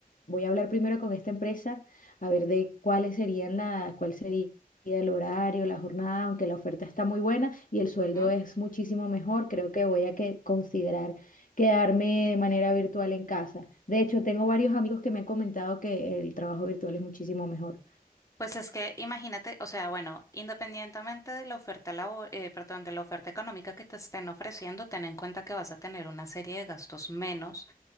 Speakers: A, on the left; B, on the left.
A: voy a hablar primero con esta empresa a ver de cuáles serían la, cuál sería el horario, la jornada, aunque la oferta está muy buena y el sueldo
B: Ujú.
A: es muchísimo mejor, creo que voy a que considerar quedarme de manera virtual en casa. De hecho, tengo varios amigos que me han comentado que el trabajo virtual es muchísimo mejor.
B: Pues es que imagínate, o sea, bueno, independientemente de la oferta labo- eh, perdón, de la oferta económica que te estén ofreciendo, ten en cuenta que vas a tener una serie de gastos menos